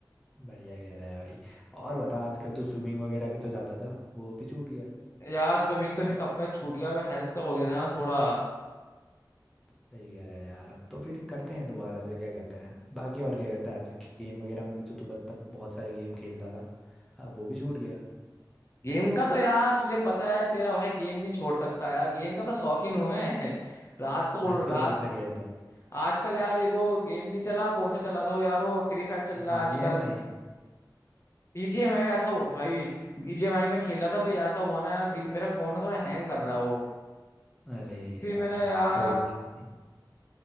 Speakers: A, in the centre; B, on the left.
A: बढ़िया कह रहा है भाई और बता आजकल तू स्विमिंग वगैरह भी तो जाता था वो भी छूट गया
B: यार स्विमिंग तो फिर कब का ही छूट गया हेल्थ का हो गया था ना थोड़ा
A: सही कह रहा है यार तो फिर करते हैं दोबारा से क्या कहते हैं बाकी और क्या करता है आजकल गेम वगैरह में भी तो तू मतलब बहुत सारे गेम खेलता था अब वो भी छूट गया
B: गेम का तो यार तुझे पता है तेरा भाई गेम नहीं छोड़ सकता यार गेम का तो शौकीन हूं मैं <laughs> रात को उड़-
A: आजकल
B: रात
A: कौन सा खेलता
B: हम्म,
A: है
B: आजकल यार एगो गेम नहीं चला कौन सा चला था वो यार वो फ्री फायर चल रहा
A: बीजीएमआई
B: है आजकल बीजीएमआई ऐसा हो- भाई बीजीएमआई में खेला था भाई ऐसा हुआ ना यार बीज- मेरा फोन ना थोड़ा हैंग कर रहा है वो
A: अरे
B: फिर
A: यार
B: मैंने यार
A: कोई
B: अब
A: बात नहीं